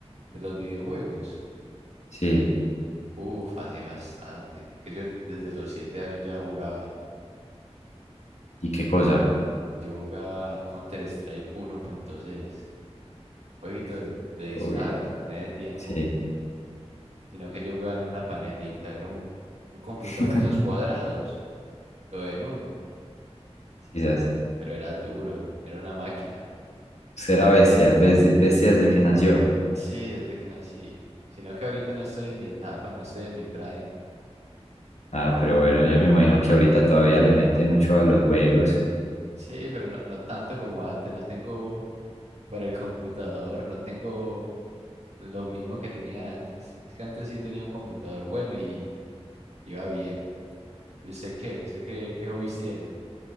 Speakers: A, on the right; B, on the left.
A: de los videojuegos.
B: Sí.
A: Uf, hace bastante. Que yo desde los siete años ya jugaba.
B: ¿Y qué cosa?
A: Yo jugaba Counter-Strike 1.6, jueguito de, de disparos,
B: Uy, no.
A: en ese tiempo.
B: Sí.
A: Sino que yo jugaba en una panelita, era un, un computador
B: <laughs>
A: de esos cuadrados, todo en uno,
B: Quizás.
A: pero era duro, era una máquina.
B: Usted era bestia, besti- bestia desde que nació.
A: Sí, desde que nací. Sino que ahorita no estoy en mi etapa, no estoy en mi prime.
B: Ah, pero bueno, yo me imagino que ahorita todavía le mete mucho a los juegos.
A: Sí, pero no, no tanto como antes. No tengo para el computador, no tengo lo mismo que tenía antes. Es que antes sí tenía un computador bueno y iba bien. ¿Y usted qué? ¿Usted qué, qué hobbies tiene?